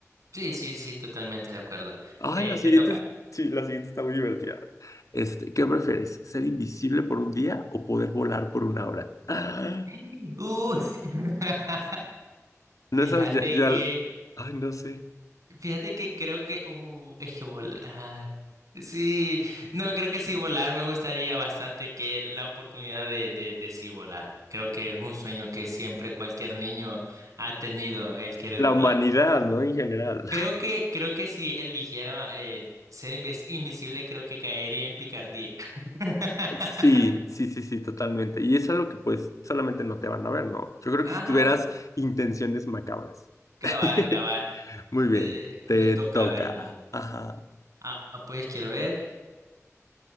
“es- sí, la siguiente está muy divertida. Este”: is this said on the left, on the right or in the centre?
Left